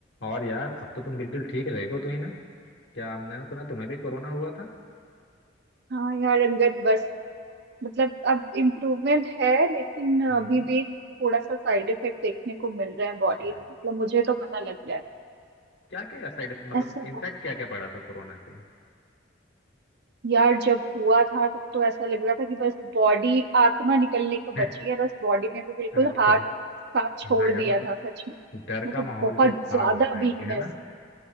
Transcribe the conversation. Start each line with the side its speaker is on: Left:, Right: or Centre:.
Left: और यार अब तो तुम बिल्कुल ठीक रहे हो तो ही ना क्या मैंने सुना तुम्हें भी कोरोना हुआ था
Right: हाँ यार अंगद बस मतलब अब इम्प्रूवमेंट है लेकिन
Left: हम्म,
Right: अभी भी थोड़ा सा साइड इफेक्ट देखने को मिल रहे हैं बॉडी
Left: अच्छा
Right: में मतलब मुझे तो पता लग रहा
Left: क्या क्या साइड मतलब
Right: है ऐसा
Left: इम्पैक्ट
Right: है
Left: क्या क्या पड़ा था कोरोना से
Right: यार जब हुआ था तब तो ऐसा लग रहा था कि बस बॉडी आत्मा निकलने को बची
Left: <laughs>
Right: है बस बॉडी ने भी बिल्कुल
Left: अच्छा
Right: हाथ साथ छोड़
Left: हाँ यार
Right: दिया
Left: मतलब
Right: था सच में
Left: डर
Right: मतलब
Left: का माहौल
Right: बहुत
Left: तो था
Right: ज्यादा
Left: उस टाइम
Right: वीकनेस
Left: पे है ना